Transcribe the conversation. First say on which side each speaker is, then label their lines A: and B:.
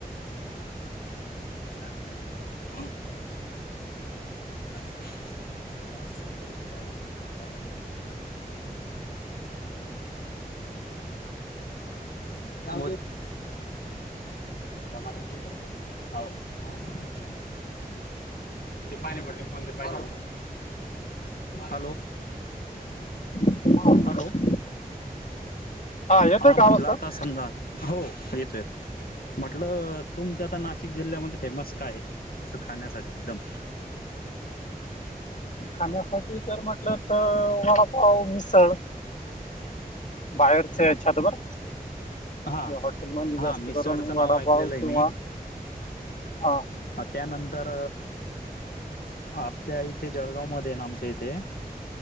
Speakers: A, on the left (about 70°); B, on the left (about 50°).
A: हा म मला माहिती नाहीर मला ते घरी गेल्यावर मग पण फवा झाला म्हटलंर <unintelligible> त्या टमाटर क करता तु हा टमाट पाणी पडते कोणते पाेतो हॅलो.
B: हो
A: हॅलो
B: येतोय
A: हा म्हटलं
B: का आवाज सर
A: आता समजा हो येतोय म्हटलं तुमच्या आता नाशिक जिल्ह्यामध्ये फेमस काय तस खाण्यासाठी एकदम
B: खाण्यासाठी तर म्हटलं तर वडापाव मिसळ बाहेरचेचछात बर
A: हां
B: हॉटेलमध्ये जास्त
A: हां मिसळचं
B: करून वडापाव
A: नाव ऐकलेलं आहे
B: किंवा हा
A: अ त्यानंतर आपल्या इथे जळगाव मध्ये ना आमच्या इथ ते